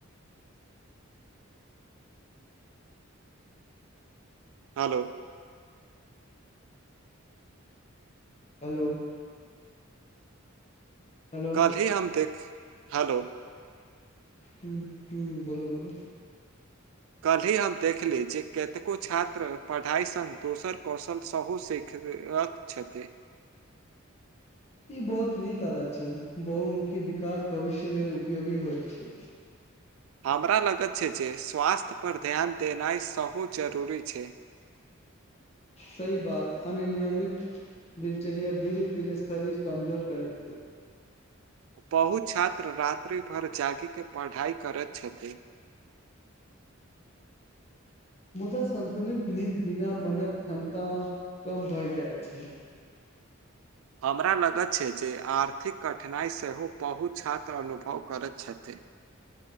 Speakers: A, on the right; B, on the left.
A: हेलो
B: हेलो हेलो
A: काल्हि हम देख हलो
B: हु हु बोलो बोलो
A: कल्हि हम देखली जे कतेको छात्र पढ़ाई संग दोसर कौशल सेहो सीख रथ छथि
B: ई बहुत नीक आदत छै बहुमुखी विकास भविष्य लेल उपयोगी होइ छै
A: <inaudible> हमरा लगत छै जे स्वास्थ्य पर ध्यन देनाइ सहु जरूरी छै <inaudible>
B: सही बात अन्य नियमित दिनचर्या धीरे धीरे शरीर कमजोर करै छै
A: <inaudible> बहुत छात्र रात्रि भर जागी के पढ़ाई करैत छथि <inaudible>
B: मुदा संन्तुलित निंद बिना मनक क्षमता कम भए जाइत छै
A: हमरा लगत छै जे आर्थिक कठिनाइ सेहो बहुत छात्र अनुभव करैत छथि <inaudible>